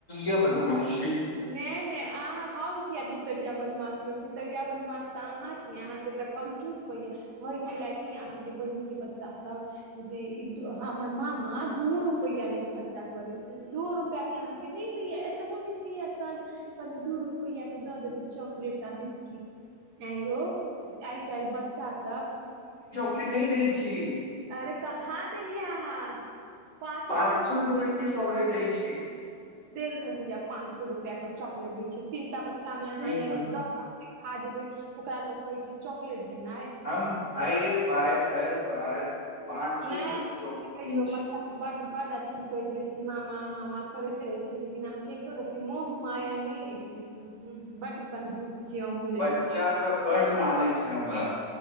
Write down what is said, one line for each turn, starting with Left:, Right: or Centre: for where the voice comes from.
Left: या बादमश छै
Right: नहि नहि अहाँ हम किया बितरिया बदमाश रहब बितरिया बदमाश तऽ अहाँ छी अहाँकेँ तऽ कंजुश कैया कहै छले कि अहाँकेँ बहिन के बच्चा सभ जे ई हमर मामा दूओ रुपैआ ने खर्चा करे छै दो रुपआ के अहाँ किनी होई एतबोनी होइए सर कनि दू रुपैआ के दऽ देबै चॉकलेट आ बिस्किट आ य आइ कइल बच्चा सभ
Left: से नहि दई छै
Right: आरे कहाँ देलियै अहाँ पाँचो
Left: पाँच
Right: सो ब
Left: सौ रुपए के चॉकलेट दै छी
Right: देल ने होइया पाँच सए रुपआ के चॉकलेट दै छै तीनटा बच्चा मे अहाँ
Left: नहि
Right: एनाहित
Left: हम
Right: दऽ खा जेबै ओकरा लोक कहे छै चॉकलेट देनाइ
Left: हम हर भाय हर भाय पाँच
Right: नहि
Left: सए रुपए कऽ
Right: से
Left: चौक
Right: कहियौ
Left: दऽ छी
Right: बच्चा बड बड अथी करैत रहे छै मामा मामा करैत रहे छै लेकिन अहाँकेँ मोह माया नहि अछि लेकिन हा बड कंजूस छीिय अहु लेकिन
Left: बच्चा
Right: अहके
Left: सब बड मानै छै। औ